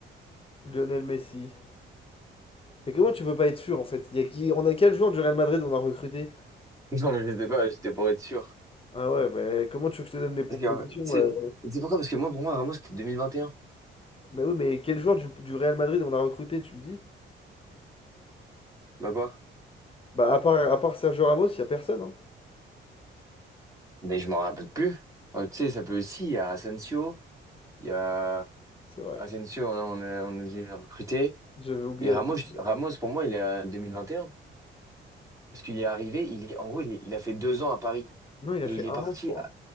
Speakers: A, on the left; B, on the right.
A: Lionel Messi, Mais comment tu peux pas être sûr en fait Il y a qui... On a quel joueur du Real Madrid on a recruté
B: Non, mais je sais pas, j'étais pour être sûr.
A: Ah ouais, mais comment tu veux que je te donne des propositions
B: Parce que, euh, tu sais,
A: euh,
B: tu sais pourquoi? Parce que moi, pour moi, Ramos, c'était 2021.
A: Bah oui, mais quel joueur du, du Real Madrid on a recruté, tu me dis
B: Bah quoi?
A: Bah à part, à part Sergio Ramos, il y a personne, hein.
B: Mais je m'en rappelle plus. Euh, tu sais, ça peut aussi. Il y a Asensio, il y a
A: C'est vrai.
B: Asensio, On a on a, on a dû le recruter.
A: J'avais oublié.
B: Et Ramos,
A: Asensio.
B: Ramos, pour moi, il est à 2021. Parce qu'il est arrivé, il est, en gros, il, est- il a fait deux ans à Paris.
A: Non, il
B: Et
A: a fait
B: il est
A: un
B: parti
A: an, je crois.